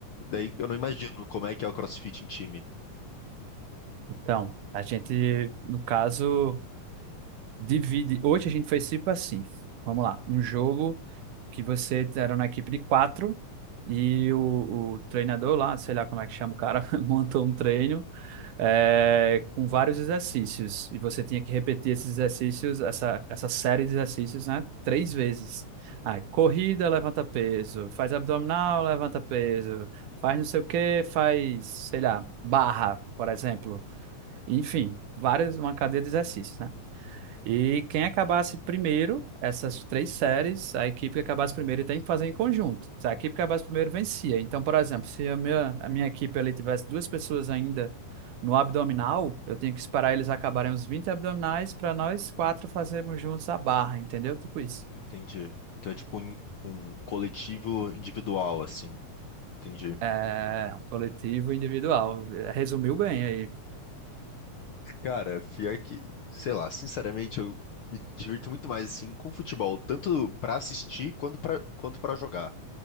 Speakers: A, on the left; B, on the right.
A: Daí eu não imagino como é que é o CrossFit em time.
B: Então, a gente, no caso, divide. Hoje a gente foi tipo assim. Vamos lá. Um jogo que você era na equipe de quatro e o, o treinador lá, sei lá como é que chama o cara, <laughs> montou um treino eh, com vários exercícios. E você tinha que repetir esses exercícios, essa, essa série de exercícios, né? Três vezes. Ah, corrida, levanta peso. Faz abdominal, levanta peso. Faz não sei o que, faz, sei lá, barra, por exemplo. Enfim, várias, uma cadeia de exercícios, né? E quem acabasse primeiro, essas três séries, a equipe que acabasse primeiro tem que fazer em conjunto. Se a equipe que acabasse primeiro vencia. Então, por exemplo, se a minha, a minha equipe ali tivesse duas pessoas ainda no abdominal, eu tinha que esperar eles acabarem os 20 abdominais para nós quatro fazermos juntos a barra, entendeu? Tipo isso.
A: Entendi. Então é tipo um um coletivo individual, assim. Entendi.
B: É, coletivo e individual. Resumiu bem aí.
A: Cara, pior que, sei lá, sinceramente, eu me divirto muito mais assim com futebol, tanto pra assistir quanto pra quanto para jogar,